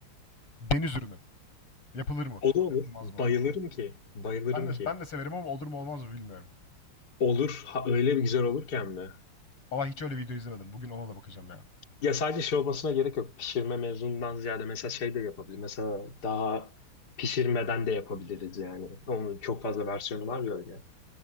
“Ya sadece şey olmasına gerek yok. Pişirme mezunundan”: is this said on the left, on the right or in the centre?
Left